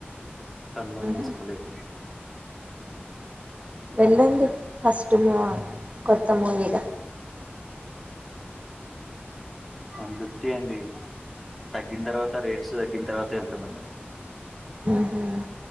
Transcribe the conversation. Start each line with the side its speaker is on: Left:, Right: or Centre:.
Centre: కన్ఫమ్
Right: ఉహు
Centre: చేసుకోలేదు
Right: వెళ్ళండి ఫస్ట్ మూ ఆ కొత్త మూవీగా.
Centre: వన్ ఫిఫ్టీ అండి, తగ్గిన తర్వాత రేట్స్ తగ్గిన తర్వాత ఎళ్తాం మండి.
Right: ఉహుమ్